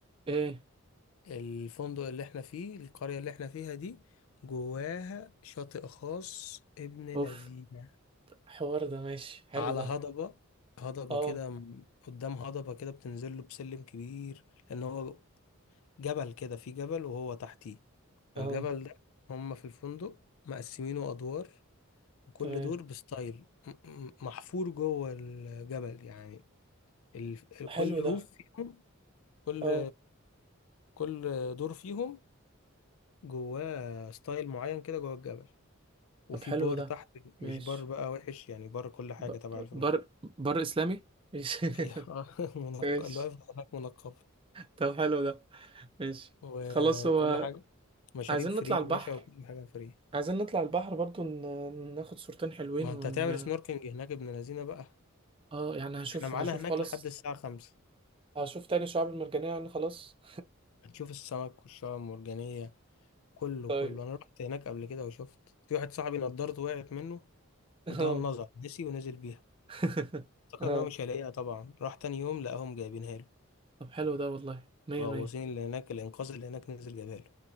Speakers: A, on the right; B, on the left.
A: ايه
B: الفندق اللي إحنا فيه القرية اللي إحنا فيها دي جواها شاطئ خاص ابن لذينة
A: اوف حوار ده ماشي حلو
B: على
A: ده
B: هضبة هضبة
A: اه
B: كده م- قدام هضبة كده بتنزل له بسلم كبير لأن هو جبل كده في جبل وهو تحتيه
A: اه
B: فالجبل ده هما في الفندق مقسمينه أدوار وكل
A: تمام
B: دور بستايل م- م- محفور جوه الجبل يعني ال...
A: حلو
B: كل روف
A: ده
B: فيهم كل
A: اه
B: كل دور فيهم جواه ستايل معين كده جوه الجبل وفي
A: طب حلو
B: بار
A: ده
B: تحت
A: ماشي
B: مش بار بقى وحش يعني بار كل حاجة
A: ب...
B: تبع الفندق
A: بر بر اسلامي ماشي <laughs>
B: ايوه <laughs> منقب
A: ماشي
B: اللي واقف هناك منقب
A: طب حلو ده ماشي
B: وكل
A: خلاص هو
B: حاجة مشاريب
A: عايزين
B: فري
A: نطلع البحر
B: يا باشا وكل حاجة فري
A: عايزين نطلع البحر برضو ن... ناخد صورتين حلوين
B: ما انت
A: ون
B: هتعمل سنوركينج هناك ابن لذينه بقى
A: اه يعني هشوف
B: احنا معانا
A: هشوف
B: هناك
A: خلاص
B: لحد الساعة خمسة
A: هشوف تاني الشعاب المرجانية يعني خلاص
B: هتشوف السمك والشعاب المرجانية كله
A: <laughs> طيب
B: كله انا رحت هناك قبل كده وشفت في واحد صاحبي نضارته وقعت منه
A: اه
B: نضارة النظر نسي ونزل بيها
A: <laughs>
B: افتكر
A: اه
B: ان هو مش هيلاقيها طبعا راح تاني يوم لقاهم جايبينها له
A: طب حلو ده والله مية
B: غواصين
A: مية
B: اللي هناك الانقاذ اللي هناك نزل جابها له